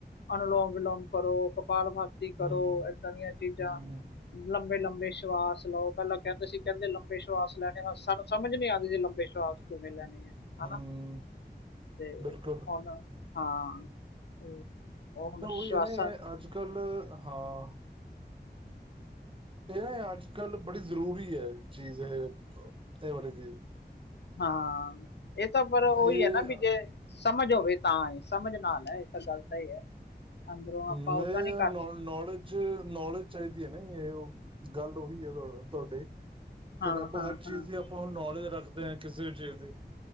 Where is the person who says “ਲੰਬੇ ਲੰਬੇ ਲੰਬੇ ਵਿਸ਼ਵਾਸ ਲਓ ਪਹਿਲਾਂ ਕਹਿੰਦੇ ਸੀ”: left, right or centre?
Left